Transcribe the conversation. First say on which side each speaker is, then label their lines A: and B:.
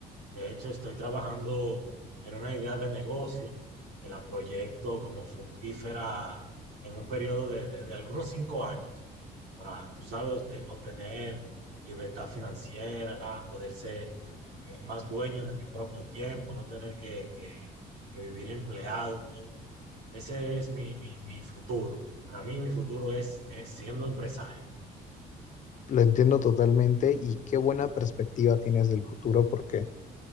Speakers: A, on the right; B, on the left.
A: De hecho, estoy trabajando en una idea de negocio que la proyecto como fructífera en un periodo de, de- de algunos cinco años para, tú sabes, obte- obtener libertad financiera, poder ser eh, más dueño de mi propio tiempo, no tener que, que- que vivir empleado. Ese es mi, mi- mi futuro. Para mí, mi futuro es es siendo empresario.
B: Lo entiendo totalmente y qué buena perspectiva tienes del futuro porque